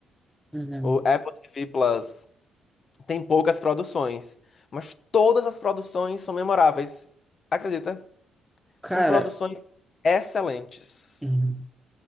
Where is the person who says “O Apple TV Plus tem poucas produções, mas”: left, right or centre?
Left